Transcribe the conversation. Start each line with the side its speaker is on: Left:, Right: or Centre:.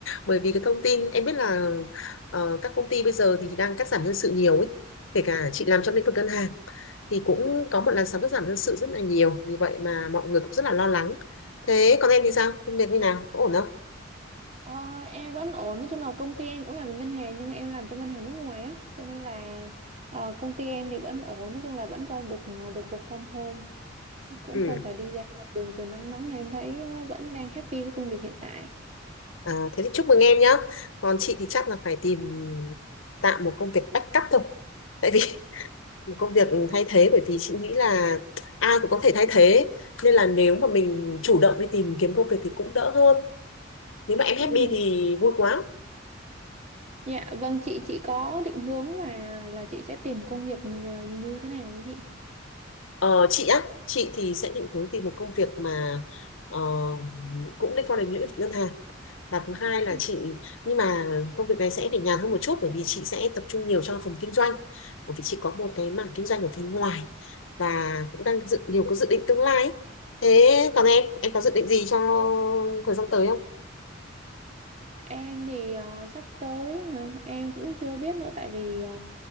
Left: bởi vì cái thông tin, em biết là ờ, các công ty bây giờ thì đang cắt giảm nhân sự nhiều ấy, kể cả chị làm trong lĩnh vực ngân hàng, thì cũng có một làn sóng cắt giảm nhân sự rất là nhiều, vì vậy mà mọi người cũng rất là lo lắng. Thế còn em thì sao? Công việc như nào? Có ổn không?
Right: Ờ, em vẫn ổn, nói chung là công ty em cũng làm ở ngân hàng nhưng em làm cho ngân hàng nước ngoài á, cho nên là ờ, công ty em thì vẫn ổn, nói chung là vẫn cho được ờ, được work from home, cũng
Left: Ừ.
Right: không phải đi ra ngoài đường trời nắng nóng nên em thấy ờ, vẫn đang happy với công việc hiện tại.
Left: À, thế thì chúc mừng em nhá. Còn chị thì chắc là phải tìm tạm một công việc backup thôi. Tại vì <laughs> một công việc thay thế bởi vì chị nghĩ là ai cũng có thể thay thế. Nên là nếu mà mình chủ động đi tìm kiếm công việc thì cũng đỡ hơn. Nếu mà em
Right: Ừ,
Left: happy thì vui quá.
Right: dạ vâng chị chị có định hướng là là chị sẽ tìm công việc như như thế nào không chị?
Left: Ờ, chị á, chị thì sẽ định hướng tìm một công việc mà ờ, cũng liên quan đến lĩnh vực ngân hàng. Và thứ hai là
Right: Ừ,
Left: chị, nhưng mà công việc này sẽ để nhàn hơn một chút bởi vì chị sẽ tập trung nhiều cho phần kinh doanh. Bởi vì chị có một cái mảng kinh doanh ở phía ngoài và cũng đang dự nhiều có dự định tương lai ấy. Thế còn em, em có dự định gì cho thời gian tới không?
Right: em thì ờ, sắp tới hả? Em cũng chưa biết nữa tại vì ờ,